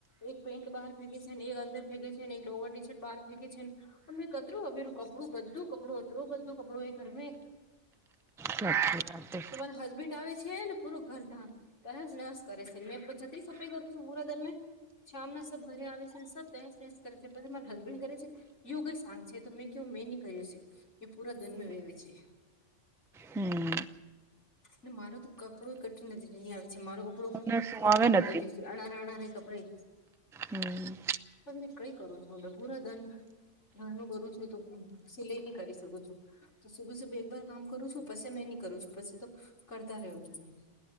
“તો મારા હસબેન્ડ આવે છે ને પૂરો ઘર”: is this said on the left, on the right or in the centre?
Left